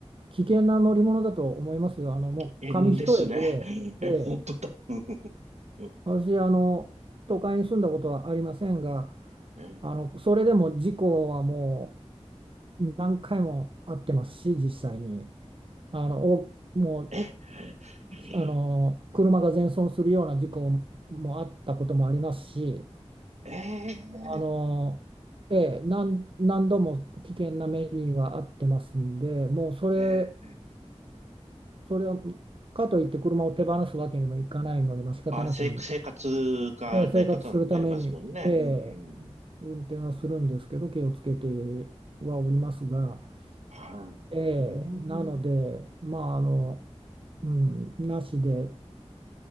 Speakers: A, on the right (about 50°); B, on the right (about 80°).
A: 危険な乗り物だと思いますよ。あの、もう紙一重で、
B: え、危険ですね。<laughs> え、
A: えー
B: 本当だ。<laughs> うん
A: 私、あの、都会に住んだことはありませんが、
B: え
A: あの、それでも事故はもう何回もあってますし、実際に。あの、お、もう、
B: え、え
A: あの、車が全損するような事故もあったこともありますし、
B: え、
A: あの、ええ、何、何度も危険な目にはあってますんで、もうそれ、
B: ええ、
A: それは、かといって車を手放すわけにもいかないので、まあ、仕方なしに
B: あ、せ、生活が成り立たなくなりますもんね。
A: えー生活するために、えー
B: うん、
A: 運転はするんですけど、気をつけてはおりますが、
B: は
A: えーなので、
B: い。うん
A: まあ、あの、うん、なしで、